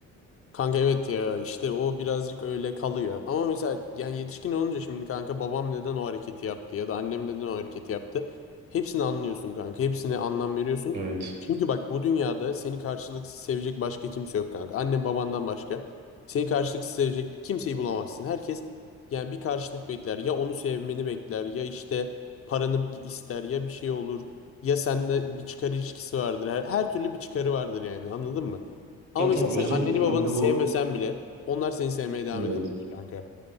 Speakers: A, on the left; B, on the right.
A: Kanka evet ya işte o birazcık öyle kalıyor. Ama mesela yani yetişkin olunca şimdi kanka babam neden o hareketi yaptı ya da annem neden o hareketi yaptı. Hepsini anlıyorsun kanka. Hepsine anlam veriyorsun.
B: Evet.
A: Çünkü bak bu dünyada seni karşılıksız sevecek başka kimse yok kanka. Annen babandan başka. Seni karşılıksız sevecek kimseyi bulamazsın. Herkes yani bir karşılık bekler. Ya onu sevmeni bekler ya işte paranı ister ya bir şey olur. Ya sende bir çıkar ilişkisi vardır. Her, her türlü bir çıkarı vardır yani anladın mı? Ama
B: Ya
A: mesela
B: tabii
A: sen
B: özellikle
A: anneni babanı
B: kanka
A: sevmesen
B: bu
A: bile onlar seni sevmeye devam
B: evet.
A: eder kanka.